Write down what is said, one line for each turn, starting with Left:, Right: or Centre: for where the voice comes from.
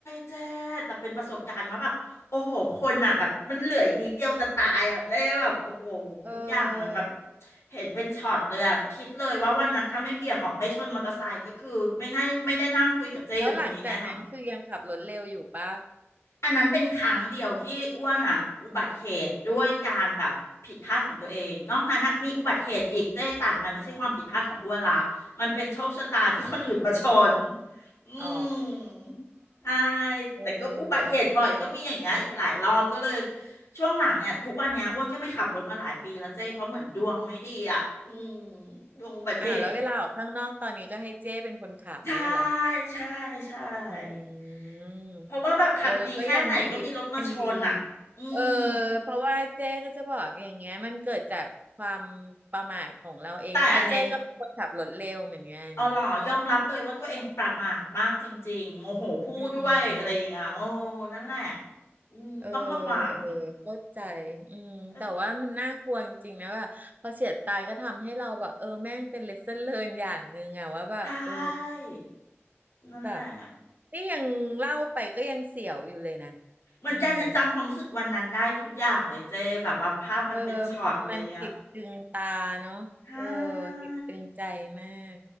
Left: เจ๊แต่เป็นประสบการณ์ว่าแบบโอ้โหคนอ่ะแบบมันเหลืออีกนิดเดียวจะตายอ่ะเจ๊แบบโอ้โหทุกอย่างมันแบบ
Right: เออ
Left: เห็นเป็นช็อตเลยอ่ะคิดเลยว่าวันนั้นถ้าไม่เบี่ยงออกไม่ชนมอเตอร์ไซค์ก็คือไม่น่าไม่ได้นั่งคุยกับเจ๊อยู่ตรงนี้แน่นอน
Right: แล้วหลังจากนั้นคือยังขับรถเร็วอยู่ป่ะ
Left: อันนั้นเป็นครั้งเดียวที่อ้วนอ่ะอุบัติเหตุด้วยการแบบผิดพลาดของตัวเองนอกนั้นอ่ะมีอุบัติเหตุอีกเจ๊แต่มันไม่ใช่ความผิดพลาดของอ้วนละมันเป็นโชคชะตาที่คนอื่นมาชนอืม
Right: อ๋อ
Left: ใช่
Right: เออ
Left: แต่ก็อุบัติเหตุบ่อยก็มีอย่างเงี้ยอีกหลายรอบก็เลยช่วงหลังเนี่ยทุกวันเนี้ยอ้วนก็ไม่ขับรถมาหลายปีแล้วเจ๊เพราะเหมือนดวงไม่ดีอ่ะอืมดวงอุบัติเหตุ
Right: อ่าวแล้วเวลาออกข้างนอกตอนนี้ก็ให้เจ้เป็นคนขับเนี้ยเหรอ
Left: ใช่ใช่ใช่
Right: อืมเออก็ยังดี
Left: เพราะว่าแบบขับดีแค่ไหนก็มีรถมาชนอ่ะอืม
Right: ยังดีเออเพราะว่าเจ๊ก็จะบอกอย่างเงี้ยมันเกิดจากความประมาทของเราเอง
Left: แต่อันเนี้ย
Right: เพราะเจ๊ก็เป็นคนขับรถเร็วเหมือนกัน
Left: อ๋อหรอยอมรับเลยว่าตัวเองประมาทมากจริงๆโมโหพูดด้วยอะไรอย่างเงี้ยโอ้
Right: อืม
Left: นั่นแหละอืมต้องระวัง
Right: เออเออเข้าใจอืมแต่ว่ามันน่ากลัวจริงๆนะว่าพอเฉียดตายก็ทำให้เราแบบเออแม่งเป็น
Left: เอ้ย
Right: lesson learn อย่างหนึ่งอะว่าแบบเออ
Left: ใช่นั่นแหละ
Right: แบบนี่ยังเล่าไปก็ยังเสียวอยู่เลยนะ
Left: เหมือนกันยังจำความรู้สึกวันนั้นได้ทุกอย่างเลยเจ๊แบบว่าภาพมันเป็นช็อตเลยอ่ะ
Right: อืม เออ มันมันติดตึงตาเนาะเออ
Left: ใช่
Right: ติดตึงใจมาก